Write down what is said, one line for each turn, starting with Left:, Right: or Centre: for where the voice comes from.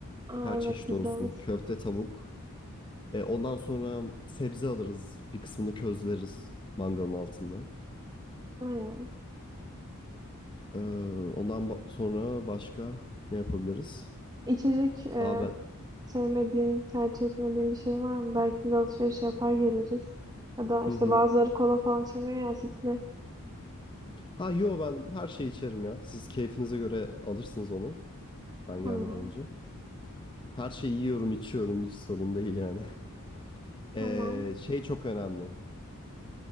Right: Aa,
Left: her
Right: evet
Left: çeşit
Right: güzel
Left: olsun.
Right: olur.
Left: Köfte, tavuk. Ee, ondan sonra sebze alırız. Bir kısmını közleriz mangalın altında.
Right: Aynen.
Left: Ee, ondan ba- sonra başka ne yapabiliriz?
Right: İçecek e,
Left: Daha ben...
Right: sevmediğin, tercih etmediğin bir şey var mı? Belki biz alışveriş yapar geliriz. Ya da
Left: Hı
Right: işte
Left: hı.
Right: bazıları kola falan içemiyor ya asitli.
Left: Ha yo ben her şeyi içerim ya. Siz keyfinize göre alırsınız onu. Ben
Right: Tamam.
Left: gelmeden önce. Her şeyi yiyorum, içiyorum. Hiç sorun değil yani. <laughs> Ee,
Right: Tamam.
Left: şey çok önemli.